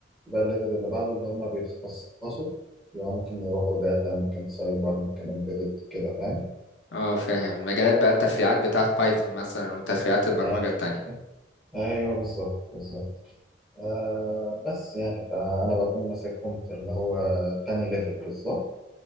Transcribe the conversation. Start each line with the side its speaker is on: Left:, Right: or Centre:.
Centre: يبقى الليفل اللي بعده اللي هم بيتخصصوا يبقى ممكن يروحوا داتا ممكن سايبر ممكن امبيدد كده فاهم
Left: اه فاهم المجالات بقى التفريعات بتاعت بايثون مثلا وتفريعات البرمجة
Centre: آه.
Left: التانية
Centre: ايوه بالظبط بالظبط آه بس يعني فانا بكون ماسكهم في اللي هو تاني ليفل بالظبط